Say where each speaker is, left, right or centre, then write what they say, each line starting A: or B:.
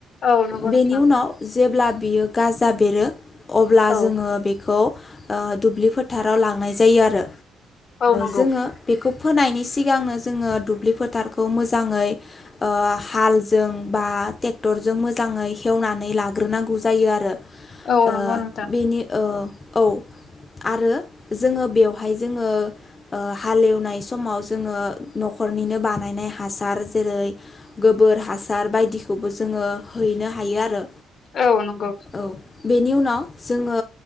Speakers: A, on the left; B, on the left.
A: औ नंगौ
B: बेनि
A: नोंथां।
B: उनाव जेब्ला बियो गाजा बेरो अब्ला
A: औ
B: जोङो बेखौ दुब्लि फोथाराव लांनाय जायो आरो
A: औ नंगौ
B: जोङो बेखौ फोनायनि सिगांनो जोङो दुब्लि फोथारखौ मोजाङै हालजों बा ट्रेक्टरजों मोजाङै हेवनानै लाग्रोनांगौ जायो आरो
A: औ
B: ओ
A: नंगौ नोंथां।
B: बेनि ओ औ आरो जोङो बेवहाय जोङो, हालेवनाय समाव जोङो न'खरनिनो बानायनाय हासार जेरै हासार बायदिखौबो जोङो हैनो हायो आरो।
A: औ नंगौ।
B: औ बेनि उनाव जोङो